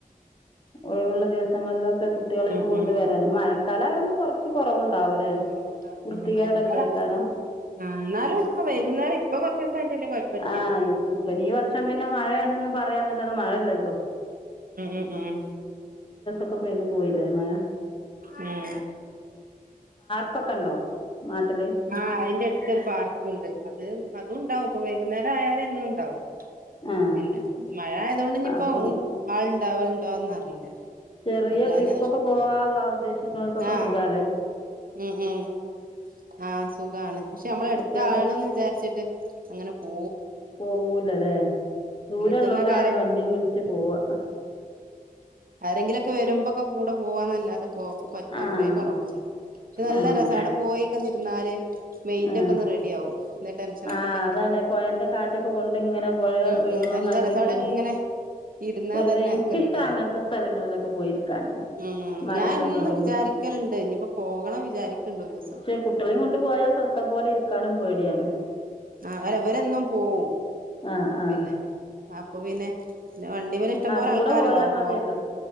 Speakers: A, on the left (about 35°); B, on the right (about 75°).
A: ഒഴിവുള്ള ദിവസങ്ങളിലൊക്കെ കുട്ടികളെ
B: ഉം
A: ഒക്കെ കൊണ്ടുവരാൻ
B: ഉം
A: മഴക്കാലമായോണ്ട് കൊറച്ച് കുറവുണ്ടാവലേ
B: കൊറവുണ്ടാവും
A: വൃത്തികേടെല്ല
B: ആ മറ്റാള
A: ആക്കാരം
B: ആ എന്നാലും ഇപ്പ വൈകുന്നേരം ഇപ്പൊ കൊറച്ച് ദിവസായിട്ട് വല്യ കൊഴപ്പല്ല്യല്ലോ
A: ആഹ് ഇനിപ്പ ഈ വർഷം പിന്നെ മഴയാണെന്ന് പറയാനല്ലാത മഴയില്ലല്ലോ
B: ഉം ഉം ഉം
A: ക്കെ പെയ്തു പോയില്ലേ മഴ
B: ഉം
A: ൊക്കെ ഉണ്ടോ നാട്ടില്
B: ആഹ് അതിന്റെ അടുത്തരു പാർക്കുണ്ട് അത് അതും ഉണ്ടാവും ഇപ്പൊ വൈകുന്നേരം ആയാലും എന്നും ഉണ്ടാവും
A: ആഹ്
B: പിന്നെ ഇപ്പ മഴ ആയതൊണ്ട് ഇനിയിപ്പോ
A: അപ്പം
B: ആൾ ഉണ്ടാവലുണ്ടാന്ന് അറിയില്ല
A: ചെറിയ
B: അല്ലാഞ്ഞ
A: ട്രിപ്പ് ഒക്കെ പോവാ ആ ഉദ്ദേശിക്കുന്നക്കൊക്കെ
B: ആഹ്
A: സുഖാണ്
B: ഉം ഉം ആ സുഖാണ് പക്ഷെ നമ്മള് അടുത്ത
A: കുട്ടികൾ
B: ആകണംന്ന് വിചാരിച്ചിട്ട് അങ്ങനെ പോ
A: പോവൂലല്ലേ ദൂരള്ളോലാണ്
B: ട്ടന്നൊക്ക
A: വണ്ടിയും വിളിച്ച് പോവാ
B: ആരെങ്കിലും ഒക്കെ വരുമ്പോ ഒക്കെ കൂടെ പോവാന്നല്ലാതെ പോക്ക്
A: ആഹ്
B: വളരെ കുറവാണ് പക്ഷെ നല്ല
A: ആഹ്
B: രസം അവിടെ പോയിക്ക ഇരുന്നാല് മെയിൻ്റ്
A: ആഹ്
B: ഒക്കെ ഒന്ന് റെഡി ആവും എന്ത് ടെൻഷനൊക്കെ
A: ആഹ്
B: ഉണ്ടെങ്കില്
A: അതാണ് പൊഴേന്റെ കാറ്റൊക്കെ കൊണ്ട് ഇങ്ങനെ പൊഴ
B: ഉം
A: ഒഴുകണതും
B: ഉം നല്ല
A: കണ്ടിങ്ങനെ
B: രസം അവിടെ എങ്ങനെ ഇരുന്നാ
A: വെറുതെ
B: തന്നെ
A: എനിക്കിഷ്ടാ
B: ഒക്കെ റെഡിയാ
A: അങ്ങനത്തെ സ്ഥലങ്ങളിലൊക്കെ പോയിരിക്കാന്
B: ഉം
A: മലന്റെ
B: ഞാൻ എന്നും
A: മുകളില്
B: വിചാരിക്കും ക്കലുണ്ട് ഇനിപ്പോ പോകണം വിചാരിക്കണ്ട് ഒരു ദിവസം
A: പക്ഷെ കുട്ടികളെയും കൊണ്ട് പോയാ സ്വസ്ഥ പോലെ ഇരിക്കാനും പേടിയാണ്
B: അവര് അവരെന്നും പോവും
A: ആഹ്ആഹ്
B: പിന്നെ അപ്പൊ പിന്നെ പിന്നെ വണ്ടി മൽ ഇഷ്ടംപോലെ
A: കൂടെ
B: ആൾക്കാരുണ്ടാവും
A: പോയാ മതിയല്ലോ
B: പോ